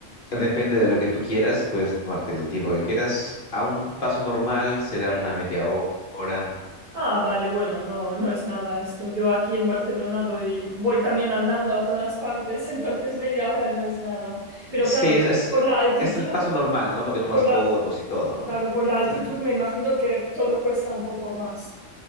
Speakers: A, on the left (about 45°); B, on the right (about 50°).
A: Depende de lo que tú quieras, puedes tomarte el tiempo que quieras. A un paso normal será
B: Sí.
A: una media ho- hora.
B: Ah, vale, bueno, no, no es nada esto. Yo aquí en Barcelona doy, voy también andando a todas partes, <laughs> entonces media hora no es nada. Pero
A: Sí,
B: claro,
A: es, es,
B: por la altitud,
A: es el paso normal, ¿no? Porque tomas
B: por la,
A: fotos y todo, ¿no?
B: claro,
A: O
B: por la altitud
A: sea,
B: me imagino que todo cuesta un poco más.